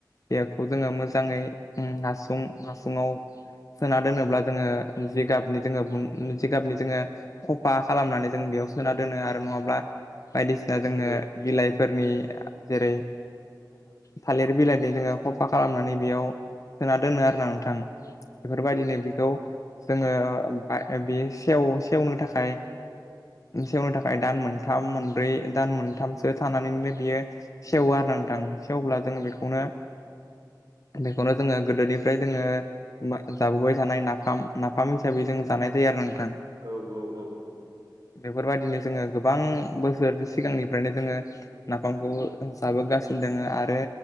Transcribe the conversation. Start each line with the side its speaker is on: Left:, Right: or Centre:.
Left: बेखौ जोंङो मोजांङै हासुं हासुङाव सोना दोनोब्ला जोंङो जिगाबनि जोंङो जिगाबनि जोंङो बांसिन खफा खालामनानै जों बेयाव सोना दोनो आरो नंङाब्ला बायदिसिना जोंङो बिलाइफोरनि जेरै थालिर बिलाइनि जोंङो खफा खालामनानै बेयाव सोना दोनो आरोना नोंथां बेफोरबायदिनो बेखौ जोंङो बे सेव सेवनो थाखाय सेवनो थाखाय दान मोनथाम मोनब्रै दान मोनथामसो थानानैनो बियो सेवो आरो नं थांङो सेवब्ला अब्ला जोंङो बेखौनो बेखौनो जोंङो गोदोनि ओमफ्राय जोंङो जाबोबाय थानाय नाफाम नाफाम हिसाबै जों जानाय जायो आरो नोंथां
Right: औ- औ- औ
Left: बेफोरबायदिनो जोंङो गोबां बोसोर सिगांनि ओमफ्रायनो जोंङो नाफामखौ जाबोगासिनो दोंङो आरो